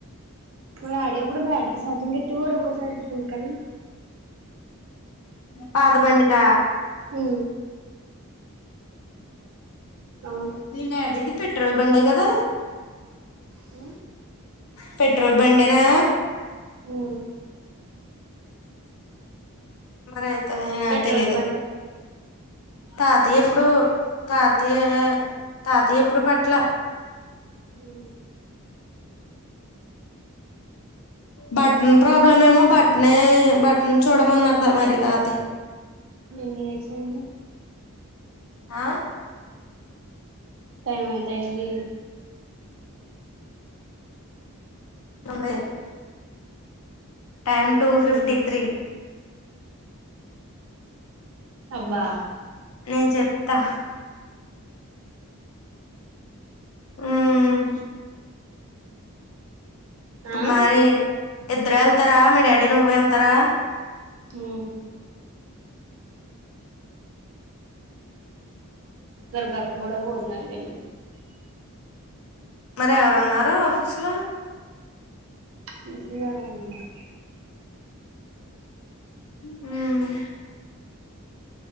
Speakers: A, on the right; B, on the left.
A: మా డాడి అప్పుడు బ్యాట్రీ సార్జింగెట్టేవాడు ఒక్కోసారి అందుకని
B: పాత బండికా
A: హు అవును
B: మీ డాడీదీ పెట్రోల్ బండే కదా
A: ఆ
B: పెట్రోల్ బండేనా
A: హ్మ్
B: మరైతే ఏమో నాకు
A: పెట్రోల్
B: తెలిదు
A: బంక్
B: తాతయ్యప్పుడు తాతయ్య తాతయ్యెప్పుడు పెట్ల
A: ఉహు
B: బట్న్ ప్రాబ్ బ్లెమేమో బట్నే బట్న్ చూడమన్నారు మరి తాతయ్య
A: <unintelligible>
B: ఆ
A: టైం ఎంతైంది
B: తొంబై టైమ్ టూ
A: హ్మ్
B: ఫిఫ్టీ త్రీ
A: అబ్బా
B: నేను చెప్తా ఉమ్
A: ఆ
B: మరి ఇద్దరు వెళ్తరా మీ డాడీ నువ్వు వెళ్తరా
A: ఉమ్ దుర్గక్క కూడా భోజనానికి ఎల్లింది
B: మరి ఎవరున్నారు ఆఫీస్ లో
A: <unintelligible>
B: ఉమ్